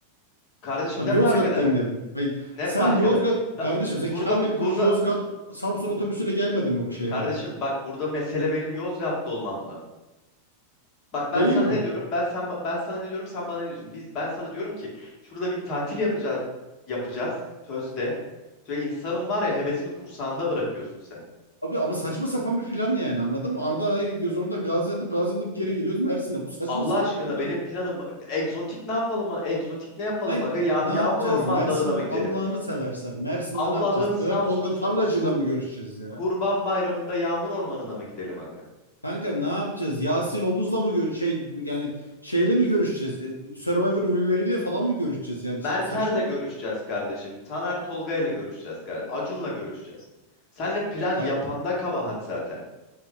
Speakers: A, on the left; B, on the left.
A: Kardeşim
B: Abi
A: ne
B: Yozgat'tan
A: fark eder?
B: geldin. Ay,
A: Ne
B: sen
A: fark
B: Yozgat
A: eder? Ya,
B: kardeşim sen
A: burada
B: Kamil Koç
A: burada
B: Yozgat Samsun
A: bu-
B: otobüsüyle gelmedin mi bu şehre
A: Kardeşim
B: ya?
A: bak burada mesele benim Yozgatlı olmam mı? Bak ben
B: Değil
A: sana
B: mi?
A: ne diyorum? Ben sen ben sana ne diyorum? Sen bana ne diyorsun? Biz ben sana diyorum ki şurada bir tatil yapacağız yapacağız sözde. Ve insanın var ya hevesini kursağında bırakıyorsun sen.
B: Abi ama saçma sapan bir plan yani anladın mı? Ardahan'a gidiyoruz oradan Gaziantep Gaziantep geri geliyoruz Mersin'e. Bu saçma
A: Allah
B: sapan
A: aşkına
B: bir plan.
A: benim planım egzotik ne yapalım? Egzotik ne yapalım
B: Hayır
A: aga? Ya,
B: ne
A: yağmur
B: yapacağız?
A: ormanlarına
B: Mersin
A: mı gidelim?
B: Allah'ını seversen Mersin'de
A: Allah'ın
B: ne yapacağız? Teler
A: Samsunlusu
B: Tolga Tarlacı'yla
A: kur,
B: mı görüşeceğiz ya?
A: Kurban Bayramı'nda yağmur ormanına mı gidelim aga?
B: Kanka ne yapacağız? Yasin Obuz'la mı gör şey yani şeyle mi görüşeceğiz? E, Survivor ünlüleriyle falan mı görüşeceğiz? Yani
A: Mert'erle
B: saçma
A: görüşeceğiz kardeşim. Taner Tolga'yla görüşeceğiz kardeşim. Acun'la görüşeceğiz. Senle plan
B: bir
A: yapanda kabahat zaten.